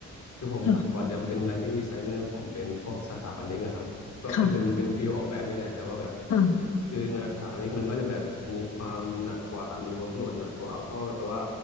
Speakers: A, on the left (about 65°); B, on the left (about 80°).
A: คือผมทำก่อนจะมาเป็น
B: ค่ะ
A: Lighting Designer ผมเป็นพวกสถาปนิกอะครับก็คือเป็นเป็นฟิลออกแบบนี่แหละแต่ว่าแบบ
B: ค่ะค
A: คืองานสถาปนิกมันก็จะแบบมีความหนักกว่ามี workload หนักกว่าเพราะว่าแบบแปลว่า